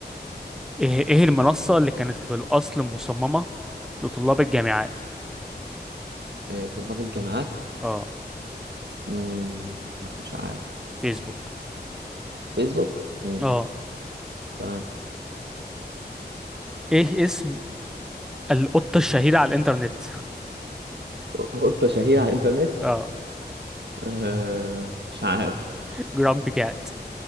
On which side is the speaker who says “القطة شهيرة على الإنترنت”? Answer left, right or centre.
Right